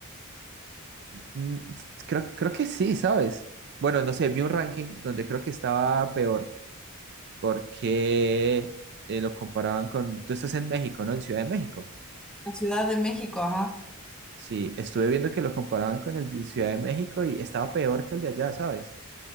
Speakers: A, on the right; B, in the centre.
A: mm, creo, creo que sí, ¿sabes? Bueno, no sé, vi un ranking donde creo que estaba peor porque eh, lo comparaban con, tú estás en México, ¿no? En Ciudad de México.
B: la Ciudad de México? Ajá.
A: Sí, estuve viendo que lo comparaban con el de Ciudad de México y estaba peor que el de allá, ¿sabes?